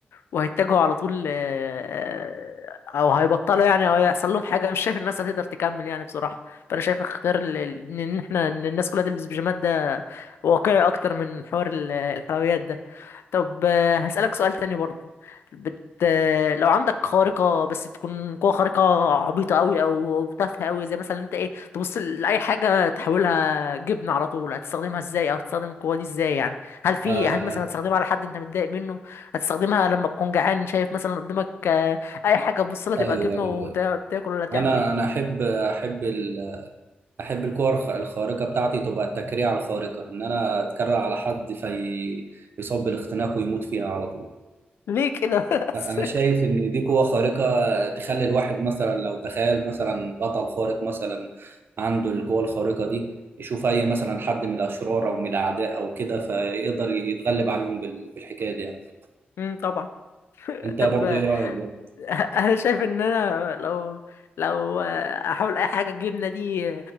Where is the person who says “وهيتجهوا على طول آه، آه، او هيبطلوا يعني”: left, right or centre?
Left